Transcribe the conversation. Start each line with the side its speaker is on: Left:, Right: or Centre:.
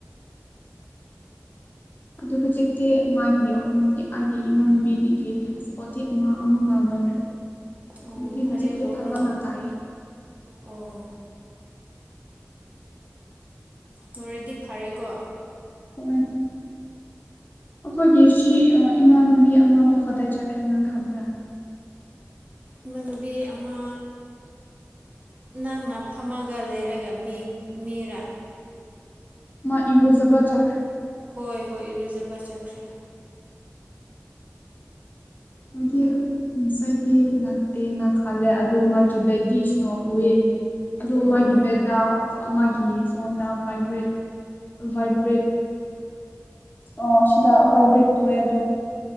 Left: ꯑꯗꯨ ꯍꯧꯖꯤꯛꯇꯤ ꯃꯥꯒꯤ ꯑꯩꯒꯤ ꯏꯃꯥꯟꯅꯨꯕꯤꯒꯤ ꯍꯁꯄꯣꯇꯤ ꯑꯃ ꯑꯃꯒ ꯂꯣꯏꯈ꯭ꯔꯦ
Right: ꯑꯣ
Left: ꯑꯗꯨꯗꯤ
Right: ꯐꯔꯦ
Left: ꯍꯧꯖꯤꯛꯇꯤ
Right: ꯂꯣꯏꯔꯣ
Left: ꯐꯖꯅ ꯇꯥꯏꯌꯦ
Right: ꯑꯣ ꯃꯣꯔꯦꯗꯤ ꯐꯔꯦꯀꯣ
Left: ꯍꯣꯏ ꯑꯩꯈꯣꯏꯒꯤ ꯁꯤ ꯏꯃꯥꯟꯅꯕꯤ ꯑꯃꯗꯣ ꯀꯗꯥꯏ ꯆꯠꯈ꯭ꯔꯦ ꯅꯪ ꯈꯪꯕ꯭ꯔꯥ
Right: ꯏ ꯃꯅꯨꯕꯤ ꯑꯃ ꯅꯪꯅ ꯐꯝꯃꯒ ꯂꯩꯔꯒ ꯃꯤꯔꯥ
Left: ꯃꯥ ꯏꯔꯨꯖꯕ ꯆꯥ
Right: ꯍꯣꯏ ꯍꯣꯏ ꯏꯔꯨꯖꯕ ꯆꯥꯛꯁꯦ
Left: ꯍꯥꯏꯗꯤ ꯉꯁꯥꯏꯗꯤ ꯂꯥꯛꯇꯦꯅ ꯈꯜꯂꯦ ꯑꯗꯣ ꯃꯥꯒꯤ ꯕꯦꯛꯇꯇꯤ ꯏꯁꯅ ꯎꯑꯦ ꯑꯗꯣ
Right: ꯑꯣ
Left: ꯃꯥꯒꯤ ꯕꯦꯗꯥ ꯃꯥꯒꯤ ꯐꯣꯟꯗ ꯚꯏꯕ꯭ꯔꯦꯠ ꯚꯥꯏꯕ꯭ꯔꯦꯠ ꯑꯣ ꯁꯤꯗꯏ ꯇꯑꯣꯏꯦ ꯑꯗꯨ